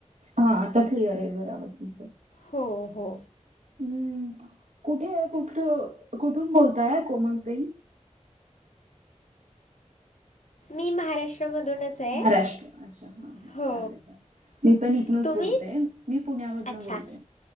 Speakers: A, on the right; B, on the left.
A: हा आता क्लिअर आहे आवाज तुमचा.
B: हो हो
A: हम्म, कुठे कुठ कुठून बोलताय कोमल ताई?
B: मी महाराष्ट्रामधूनच- आहे
A: महाराष्ट्र. अच्छा, हा हा
B: हो
A: चालेल, चालेल मी पण इथनंच
B: तुम्ही
A: बोलते मी पुण्यामधनं
B: अच्छा
A: बोलते.